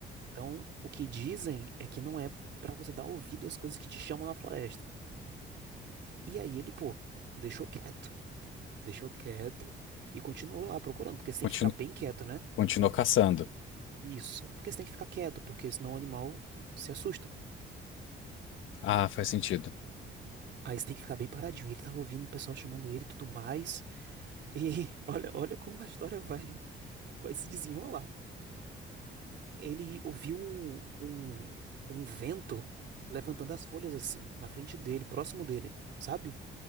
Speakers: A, on the right; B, on the left.
A: Então, o que dizem é que não é pra você dar ouvido às coisas que te chamam na floresta. E aí ele, pô, deixou quieto. Deixou quieto e continuou lá procurando, porque você tem
B: Continu-
A: que ficar bem quieto, né?
B: Continuou caçando.
A: Isso. Porque você tem que ficar quieto, porque senão o animal se assusta.
B: Ah, faz sentido.
A: Aí você tem que ficar bem paradinho. Ele tava ouvindo o pessoal chamando ele e tudo mais. E <laughs> olha, olha como a história vai, vai se desenrolar. Ele ouviu um, um, um vento levantando as folhas assim, na frente dele, próximo dele, sabe?